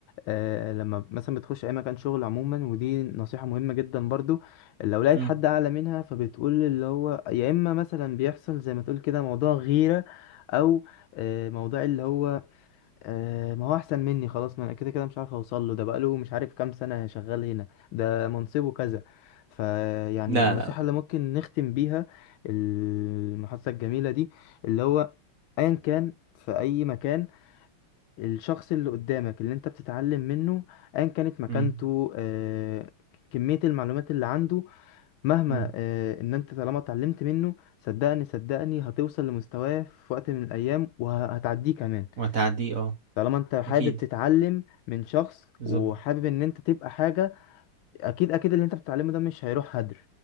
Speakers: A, on the left (about 75°); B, on the right (about 45°).
A: آه، لما مثلا بتخش اي مكان شغل عموما ودي نصيحة مهمة جدا برضو لو لقيت
B: امم
A: حد اعلى منها فبتقول اللي هو يا اما مثلا بيحصل زي ما تقول كده موضوع غيرة او آه، موضوع اللي هو آه ما هو احسن مني خلاص ما انا كده كده مش عارف اوصل له ده بقاله مش عارف كام سنة شغال هنا ده منصبه كذا فيعني
B: لا
A: النصيحة
B: لا لا
A: اللي ممكن نختم بيها المحادثة الجميلة دي اللي هو ايا كان في اي مكان الشخص اللي قدامك اللي انت بتتعلم منه ايا كانت مكانته
B: امم
A: آه كمية المعلومات اللي عنده مهما
B: امم
A: آه ان انت طالما اتعلمت منه صدقني صدقني هتوصل لمستواه في وقت من الايام وهتعديه كمان
B: وهتعديه اه
A: طالما انت حابب
B: اكيد
A: تتعلم من شخص
B: بالظبط
A: وحابب ان انت تبقى حاجة اكيد اكيد اللي انت بتتعلمه ده مش هيروح هدر